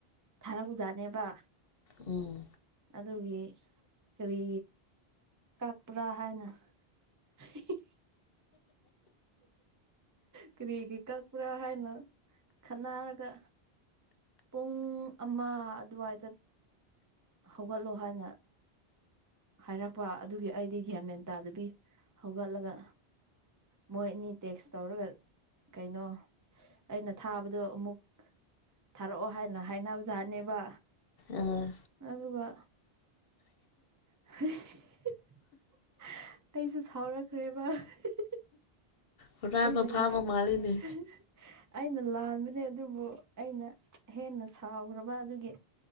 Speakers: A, on the right; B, on the left.
A: ꯊꯥꯔꯛꯄꯖꯥꯠꯅꯦꯕ
B: ꯎꯝ
A: ꯑꯗꯨꯒꯤ ꯀꯔꯤ ꯀꯥꯛꯄꯔꯥ ꯍꯥꯏꯅ <unintelligible> ꯀꯔꯤꯒꯤ ꯀꯛꯄꯔꯥ ꯍꯥꯏꯅ ꯈꯟꯅꯔꯒ ꯄꯨꯡ ꯑꯃ ꯑꯗꯨꯋꯥꯏꯗ ꯍꯧꯒꯠꯂꯣ ꯍꯥꯏꯅ ꯍꯥꯏꯔꯛꯄ ꯑꯗꯨꯒꯤ ꯑꯩꯗꯤ ꯒꯌꯥ ꯃꯦꯟ ꯇꯥꯗꯨꯕꯤ ꯍꯧꯒꯠꯂꯒ ꯃꯣꯏ ꯑꯅꯤ ꯇꯦꯛꯁ ꯇꯧꯔꯒ ꯀꯩꯅꯣ ꯑꯩꯅ ꯊꯥꯕꯗꯣ ꯑꯃꯨꯛ ꯊꯥꯔꯛꯑꯣ ꯍꯥꯏꯅ ꯍꯥꯏꯅꯕꯖꯥꯠꯅꯦꯕ
B: ꯑꯥ
A: ꯑꯗꯨꯒ <unintelligible> ꯑꯩꯁꯨ ꯁꯥꯎꯔꯛꯈ꯭ꯔꯦꯕ <unintelligible>
B: ꯍꯨꯔꯥꯟꯕ
A: ꯑꯩꯅ
B: ꯐꯥꯕ
A: ꯂꯥꯟ
B: ꯃꯥꯜꯂꯤꯅꯦ
A: <unintelligible> ꯑꯩꯅ ꯂꯥꯟꯕꯅꯦ ꯑꯗꯨꯕꯨ ꯑꯩꯅ ꯍꯦꯟꯅ ꯁꯥꯎꯈ꯭ꯔꯕ ꯑꯗꯨꯒꯤ